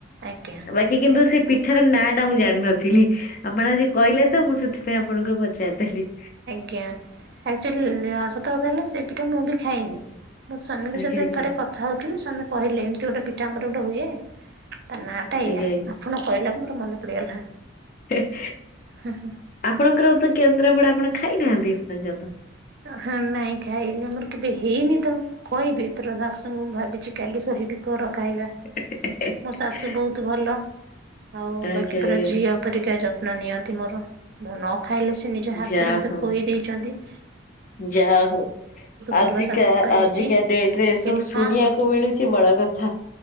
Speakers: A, on the right; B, on the left.
A: ଆଜ୍ଞା।
B: ବାକି କିନ୍ତୁ ସେ ପିଠାର ନାଁ ଟା ମୁଁ ଜାଣିିନଥିଲି? ଆପଣ ଆଜି କହିଲେ ତ ମୁଁ ସେଥିପାଇଁ ଆପଣଙ୍କୁ ପଚାରିଦେଲି।
A: ଆଜ୍ଞା ଆକଚୁଆଲି ସତ କଥା ହେଲା ସେ ପିଠା ମୁଁ ବି ଖାଇନି। ମୋ ସ୍ୱାମୀଙ୍କ
B: ଆଜ୍ଞା
A: ସହିତ
B: ଆଜ୍ଞା
A: ଥରେ କଥା ହେଉଥିଲି। ସ୍ୱାମୀ କହିଲେ ଏମିତି ଗୋଟେ ପିଠା ଆମର ଗୋଟେ ହୁଏ। ତା ନାଁଟା
B: ଆଜ୍ଞା
A: ଏଇଆ।
B: ଆଜ୍ଞା।
A: ଆପଣ କହିଲା ପରେ ମନେ ପଡ଼ିଗଲା।
B: ହେଏ
A: ହୁଁ ହୁଁ।
B: ଆପଣଙ୍କର ତ କେନ୍ଦ୍ରାପଡା ଆପଣ ଖାଇନାହାନ୍ତି <unintelligible>
A: ହଁ ନାଇଁ ଖାଇନି ଆମର କେବେ ହେଇନି ତ? କହିବି ତୋର ଶାଶୁଙ୍କୁ। ମୁଁ ଭାବିଛି କାଲି କହିବି। ଘର ଖାଇବା
B: ଏପର୍ଯ୍ୟନ୍ତ।
A: ମୋ ଶାଶୁ ବହୁତ ଭଲ ଆଉ
B: ଆଜ୍ଞା ଆଜ୍ଞା
A: ବାକି ପୁରା ଝିଅ ଏପରିକା ଯତ୍ନ ନିଅନ୍ତି ମୋର ମୁଁ ନ ଖାଇଲେ ସେ ନିଜ ହାତରେ
B: ଯାହା
A: ମୋତେ
B: ହଉ
A: ଖୋଇଦେଇଛନ୍ତି।
B: ଯାହା ହଉ ଆଜିକା
A: ଭଲ ଶାଶୁ ପାଇଛି
B: ଆଜିକା ଡେଟରେ
A: ଆଜିକାଲି
B: ଏସବୁ ଶୁଣିବାକୁ
A: ହଁ
B: ମିଳୁଛି ବଡ କଥା। ଥା